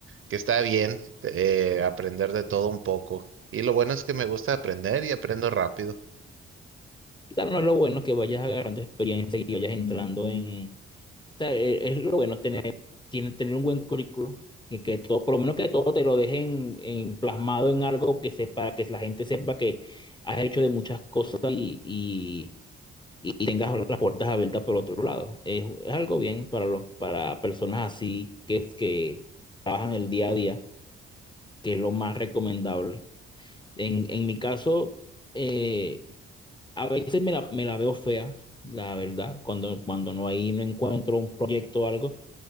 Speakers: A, on the right; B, on the left.
A: que está bien eh, aprender de todo un poco. Y lo bueno es que me gusta aprender y aprendo rápido.
B: Claro, no es lo bueno que vayas agarrando experiencia y vayas entrando en, sea, e- es lo bueno tener, tiene- tener un buen currículo, que, que todo, por lo menos que todo te lo dejen en- plasmado en algo que sepa, que la gente sepa que has hecho de muchas cosas y, y- y tengas las puertas abiertas por otro lado. Es, es algo bien para los, para personas así que es que trabajan el día a día, que es lo más recomendable. En, en mi caso, eh, a veces me la, me la veo fea, la verdad, cuando, cuando no hay, no encuentro un proyecto o algo